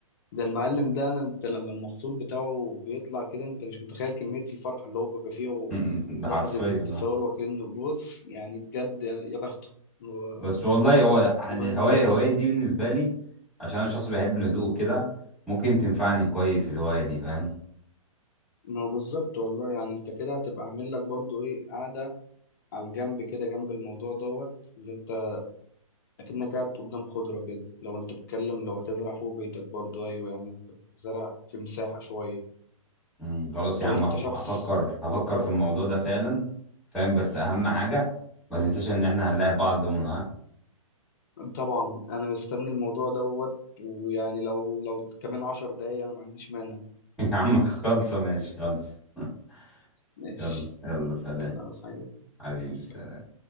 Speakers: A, on the left; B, in the centre.
A: ده المعلم ده انت لما المحصول بتاعه بيطلع كده انت مش متخيل كمية الفرحة اللي هو بيبقى فيها
B: <laughs> ده
A: لحظة
B: حرفيا
A: انتصار
B: نعم
A: وكأنه بص يعني بجد يعني يا بخته هو-
B: بس والله هو يعني
A: اللهم
B: الهوايه
A: بارك
B: الهوايه دي بالنسبه لي عشان انا شخص بيحب الهدوء كده ممكن تنفعني كويس الهوايه دي فاهم
A: ما هو بالظبط والله يعني انت كده هتبقى عامل لك برضو ايه قعدة على الجنب كده جنب الموضوع دوت اللي انت اكنك قاعد قدام خضرة كده لو انت بتتكلم لو هتزرع فوق بيتك برضه ايوه يعني انت بتزرع في مساحة شوية
B: مم، خلاص
A: لو
B: يا عم
A: انت
B: ه-
A: شخص
B: هفكر هفكر
A: عندك ارض
B: في الموضوع ده فعلا فاهم بس اهم حاجه ما تنساش ان احنا هنلاقي بعض دونا ها
A: طبعا انا مستني الموضوع دوت ويعني لو لو كمان عشر دقايق انا ما عنديش مانع
B: <laughs> يا عم خلصه ماشي خلصه <laughs>
A: ماشي
B: يلا يلا سلام
A: ولا عاوز حاجة
B: حبيبي
A: مع السلامة.
B: سلام